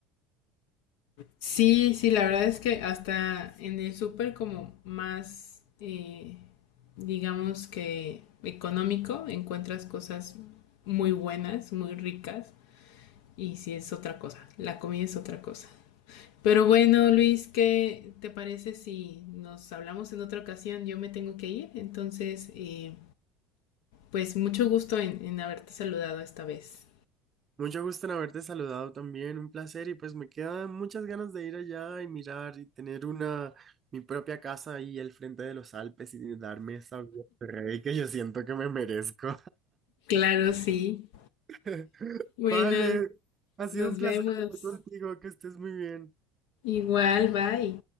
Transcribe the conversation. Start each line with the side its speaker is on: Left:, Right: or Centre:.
Left: Sí, sí, la verdad es que hasta en el súper como más, eh, digamos que económico, encuentras cosas muy buenas, muy ricas, y sí es otra cosa, la comida es otra cosa. Pero bueno, Luis, ¿qué te parece si nos hablamos en otra ocasión? Yo me tengo que ir, entonces... eh, Pues mucho gusto en, en haberte saludado esta vez.
Right: Mucho gusto en haberte saludado también, un placer y pues me quedan muchas ganas de ir allá y mirar y tener una, mi propia casa ahí al frente de los Alpes y darme esa vida de rey que yo siento que me merezco.
Left: Claro, sí.
Right: <laughs>
Left: Bueno,
Right: Vale, ha sido
Left: nos
Right: un placer
Left: vemos.
Right: hablar contigo, que estés muy bien.
Left: Igual, bye.